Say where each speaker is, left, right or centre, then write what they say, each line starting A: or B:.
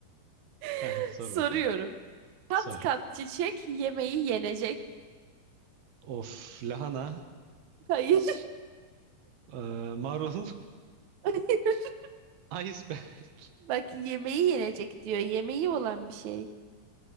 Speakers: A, on the right (about 85°); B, on the right (about 60°).
A: Heh,
B: <laughs>
A: Sor
B: soruyorum.
A: bakalım.
B: Kat
A: Sor.
B: kat çiçek yemeği yenecek.
A: Of, lahana,
B: Hayır.
A: e, marul,
B: <laughs>
A: <laughs> iceberg.
B: Bak yemeği yenecek diyor. Yemeği olan bir şey.